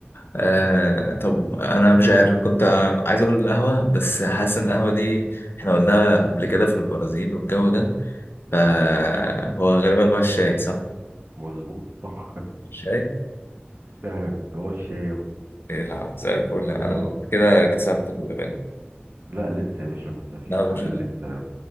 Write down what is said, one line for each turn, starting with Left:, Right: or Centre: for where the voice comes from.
Left: آه طب انا مش عارف كنت عايز اقول القهوة بس حاسس ان القهوة دي احنا قلناها قبل كده في البرازيل والجو ده فهو غالبا بقى الشاي صح؟
Right: مظبوط صح
Left: الشاي؟
Right: <laughs> فعلا هو الشاي أهو.
Left: يلعب زي الفل انا
Right: اه
Left: كده كسبت خلي بالك
Right: لا لسه يا باشا انت في
Left: لا
Right: سؤال
Left: مش
Right: لسه